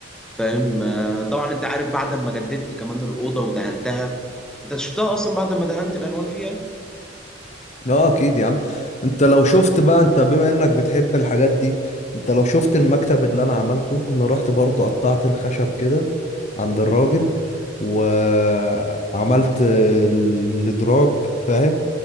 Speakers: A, in the centre; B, on the left.
A: فاهم آه، طبعا انت عارف بعد ما جددت كمان الاوضه ودهنتها انت شفتها اصلا بعد ما دهنت الالوان فيها
B: اه اكيد يا عم انت لو شفت بقى انت بما انك بتحب الحاجات دي انت لو شفت المكتب اللي انا عملته انا رحت برضو قطعت الخشب كده عند الراجل وعملت الادراج فاهم